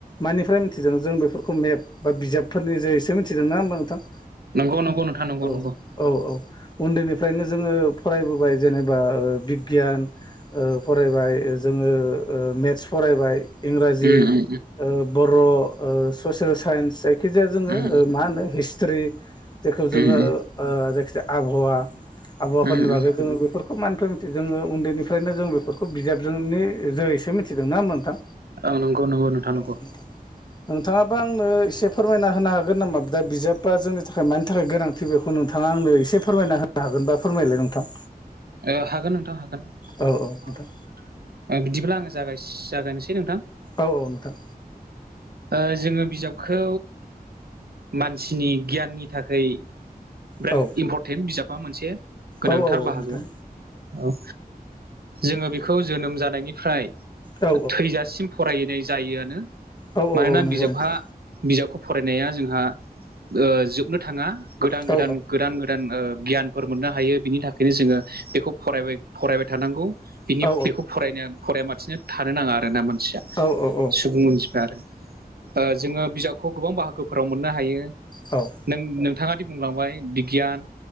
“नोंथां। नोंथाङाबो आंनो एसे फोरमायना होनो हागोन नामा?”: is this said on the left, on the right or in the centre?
Left